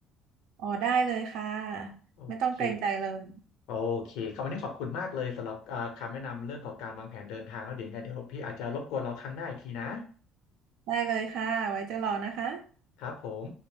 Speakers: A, on the right (about 80°); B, on the left (about 80°).
A: <laughs> อ๋อได้เลยค่ะ
B: โอเค
A: ไม่ต้องเกรงใจเลย
B: โอเคคำวันนี้ขอบคุณมากเลยสำหรับอ่าคำแนะนำเรื่องของการวางแผนเดินทางแล้วเดี๋ยวยังไงเดี๋ยวพี่อาจจะรบกวนเราครั้งหน้าอีกทีนะ
A: ได้เลยค่ะไว้จะรอนะคะ
B: ครับผม